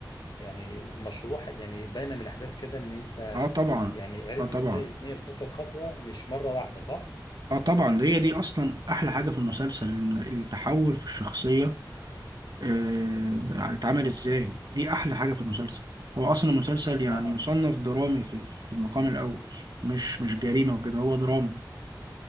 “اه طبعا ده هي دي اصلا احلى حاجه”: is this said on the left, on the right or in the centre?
Right